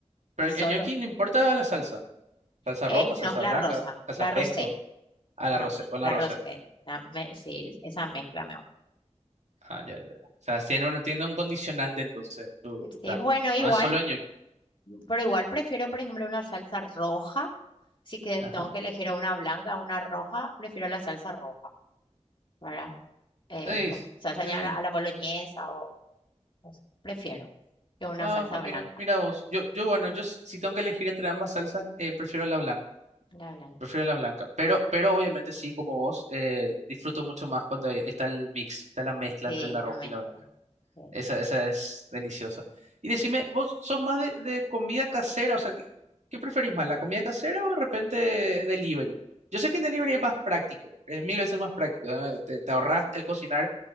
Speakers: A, on the right; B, on the left.
A: pero
B: Y
A: el,
B: solo,
A: el gnocchi no importa la salsa. Salsa
B: eh,
A: roja,
B: no,
A: salsa
B: la
A: blanca,
B: rosa,
A: salsa
B: la
A: pesto.
B: rosé,
A: A la
B: la,
A: rosé, con
B: la
A: la rosé.
B: rosé, la me- sí, esa mezcla me
A: Ah, ya, ya. ya. O sea, tiene un, tiene un condicionante entonces tu,
B: gusta.
A: tu plato.
B: Sí, bueno, igual,
A: No es solo gnocchi.
B: pero igual prefiero, por ejemplo, una salsa roja. Si que
A: Ajá.
B: tengo que elegir una blanca o una roja, prefiero la salsa roja, ¿verdad? Eh,
A: Ey,
B: con salsa
A: eh,
B: ya a la, a la boloñesa o, no sé, prefiero que una
A: ah,
B: salsa
A: ah, mira,
B: blanca.
A: mira vos. Yo, yo, bueno, yo s- si tengo que elegir entre ambas salsas, eh, prefiero la blanca.
B: La blanca,
A: Prefiero la blanca. Pero, pero obviamente sí, como vos, eh, disfruto mucho más cuando hay- está el mix, está la mezcla
B: sí,
A: entre la
B: la
A: roja
B: mezcla.
A: y la blanca.
B: sí.
A: Esa, esa es deliciosa. Y decime, ¿vos sos más de, de comida casera? O sea, ¿qué, qué preferís más, la comida casera o de repente delivery? Yo sé que el delivery es más práctico, es mil veces más práctico. ¿eh? Te, te ahorras el cocinar.